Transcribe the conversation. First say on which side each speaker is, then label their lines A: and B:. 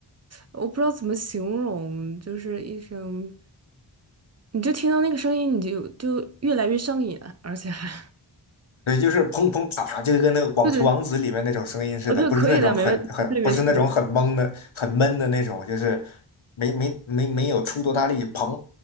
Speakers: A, on the right (about 35°); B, on the left (about 75°).
A: 我不知道怎么形容，就是一声，你就听到那个声音，你就就越来越上瘾啊，而且还，
B: 对，就是砰砰啪啪，就跟那个《网球王子》里面那种声音似的，
A: 对对，哦对，
B: 不是那种很很，
A: 可以的，没问，对，没错，
B: 不是那种很懵的、
A: 没错
B: 很闷的那种，就是没没没没有出多大力，砰，